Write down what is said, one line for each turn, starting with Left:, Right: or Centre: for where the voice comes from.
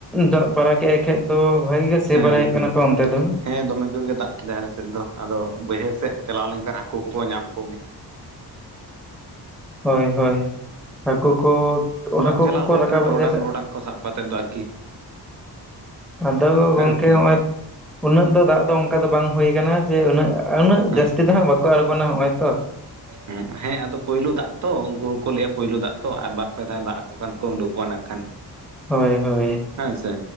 Centre: ᱫᱟᱜ ᱵᱟᱲᱟ ᱮ ᱠᱷᱮᱛ ᱫᱚ ᱵᱷᱟᱹᱜᱤ ᱜᱮ ᱥᱤ
Right: ᱦᱮᱸ
Centre: ᱵᱟᱲᱟᱭᱮᱫ
Right: ᱦᱩᱸ
Centre: ᱠᱟᱱᱟ ᱯᱮ ᱚᱱᱛᱮ ᱫᱚ?
Right: ᱦᱮᱸ ᱫᱚᱢᱮ ᱡᱳᱨ ᱜᱮ ᱫᱟᱜ ᱠᱮᱫᱟ ᱟᱞᱮ ᱥᱮᱫ ᱫᱚ ᱟᱫᱚ ᱵᱟᱹᱭᱦᱟᱹᱲ ᱥᱮᱫ ᱪᱟᱞᱟᱣ ᱞᱮᱱᱠᱷᱟᱱ ᱦᱟᱹᱠᱩ ᱠᱚ ᱠᱚ ᱧᱟᱢ ᱠᱚ ᱜᱮᱭᱟ
Centre: ᱦᱳᱭ ᱦᱳᱭ ᱦᱟᱹᱠᱩ ᱠᱚ
Right: ᱵᱟᱝ
Centre: ᱦᱟᱹᱠᱩ
Right: ᱪᱟᱞᱟᱣ
Centre: ᱠᱚᱠᱚ
Right: ᱦᱩᱭ
Centre: ᱨᱟᱠᱟᱵᱚᱜ
Right: ᱠᱟᱱᱟ ᱴᱚᱨᱚᱰᱟᱝ
Centre: ᱜᱮᱭᱟ ᱥᱮ
Right: ᱢᱚᱨᱚᱰᱟᱝ ᱠᱚ ᱥᱟᱵ ᱠᱟᱛᱮᱫ ᱫᱚ ᱟᱨᱠᱤ
Centre: ᱟᱫᱚ
Right: ᱦᱮᱸ
Centre: ᱜᱚᱝᱠᱮ
Right: ᱥᱮ
Centre: ᱦᱚᱜᱚᱭ ᱩᱱᱟᱹᱜ ᱫᱚ ᱫᱟᱜ ᱫᱚ ᱚᱱᱠᱟ ᱫᱚ ᱵᱟᱝ ᱦᱩᱭ ᱟᱠᱟᱱᱟ ᱡᱮ ᱩᱱᱟᱹᱜ ᱩᱱᱟᱹᱜ
Right: ᱦᱮᱸ
Centre: ᱡᱟᱹᱥᱛᱤ ᱫᱚ ᱦᱟᱸᱜ ᱵᱟᱠᱚ ᱟᱬᱜᱚᱱᱟ ᱱᱚᱜᱼᱚᱭ ᱛᱚ
Right: ᱦᱮᱸ ᱦᱮᱸ ᱟᱫᱚ ᱯᱳᱭᱞᱳ ᱫᱟᱜ ᱛᱚ ᱩᱱᱠᱩ ᱦᱚᱸᱠᱚ ᱞᱟᱹᱭᱟ ᱯᱳᱭᱞᱳ ᱫᱟᱜ ᱛᱚ ᱟᱨ ᱵᱟᱨ ᱯᱮ ᱫᱷᱟᱣ ᱫᱟᱜ ᱟᱠᱚ ᱠᱷᱟᱱ ᱠᱚ ᱩᱰᱩᱠᱚᱜᱼᱟ ᱠᱷᱟᱱ <unintelligible>
Centre: ᱦᱳᱭ ᱦᱳᱭ
Right: ᱦᱮᱸ ᱥᱮ